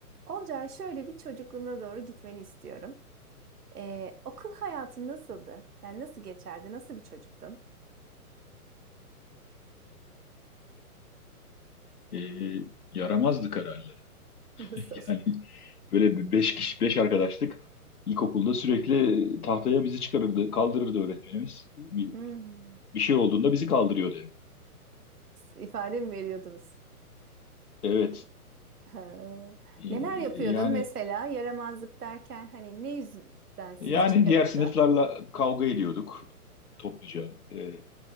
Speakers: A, on the right; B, on the left.
A: Olcay şöyle bir çocukluğuna doğru gitmeni istiyorum. Ee, okul hayatın nasıldı? Yani nasıl geçerdi? Nasıl bir çocuktun?
B: e, yaramazdık herhalde. <laughs>
A: <laughs> Nasıl?
B: Yani böyle bir beş kişi, beş arkadaşlık ilkokulda sürekli tahtaya bizi çıkarırdı, kaldırırdı öğretmenimiz. Bir,
A: Hmm.
B: bir şey olduğunda bizi kaldırıyordu.
A: İfade mi veriyordunuz?
B: Evet,
A: Ha.
B: e,
A: Neler yapıyordun
B: yani
A: mesela? Yaramazlık derken hani ne yüzden sizi
B: yani
A: çıkarıyordu?
B: diğer sınıflarla kavga ediyorduk topluca. E,